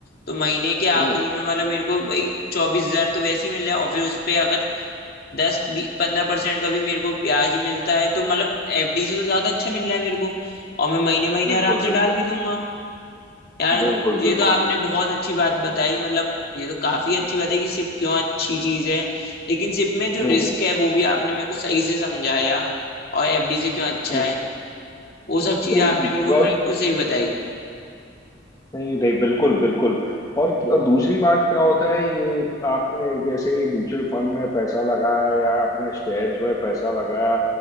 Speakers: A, on the left; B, on the left.
A: तो महीने के आखिरी
B: हम्म
A: में मतलब मेरे को भाई चौबीस हजार तो वैसे ही मिल रहा है और फिर उस पे अगर दस पंद्रह परसेंट का भी मेरे को ब्याज मिलता है तो मतलब एफडी से तो ज्यादा अच्छा मिल रहा है मेरे को और मैं महीने महीने
B: बिल्कुल
A: आराम से डाल
B: बिल्कुल
A: भी दूंगा यार
B: बिल्कुल
A: ये
B: बिल्कुल
A: तो आपने बहुत अच्छी बात बताई मतलब ये तो काफी अच्छी बात है कि सिप क्यों अच्छी चीज है लेकिन सिप में जो
B: हम्म
A: रिस्क
B: हम्म,
A: है वो भी आपने मेरे को सही से समझाया और एफडी से क्यों अच्छा
B: हम्म।
A: है वो सब चीजें
B: एक
A: आपने बिल्कुल
B: और
A: मेरे को सही बताई
B: नहीं नहीं बिल्कुल बिल्कुल और और दूसरी बात क्या होता है ये आपने जैसे म्यूचुअल फंड में पैसा लगाया या आपने शेयर्स में पैसा लगाया